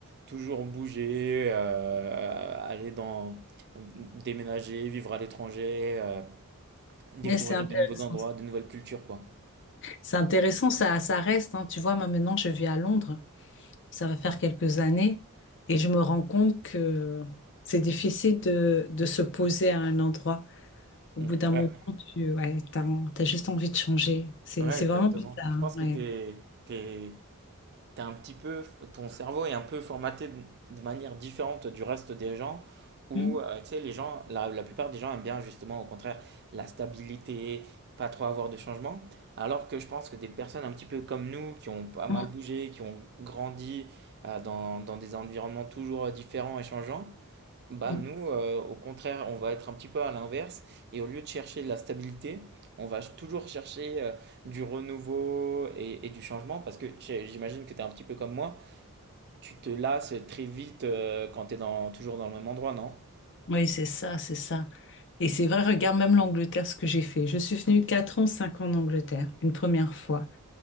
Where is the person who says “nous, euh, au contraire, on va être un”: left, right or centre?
Right